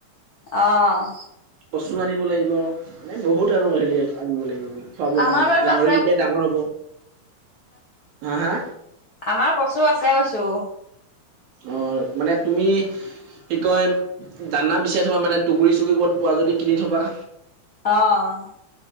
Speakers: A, on the left (about 55°); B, on the right (about 75°).
A: অ'
B: কচু আনিব লাগিব। মানে বহুত আৰু হেৰি আনিব লাগিব খুৱাব
A: আমাৰ
B: কাৰণে
A: বাৰু
B: গাহৰি
A: আছে
B: তিয়া ডাঙৰ হব। হা হা?
A: আমাৰ কচু আছে কৈছো।
B: অ', মানে তুমি কি কয় দানা বিচাৰি থ'বা মানে। টুহগুৰি চুগুৰি ক'ৰবত পোৱা যদি কিনি থ'বা।
A: অ'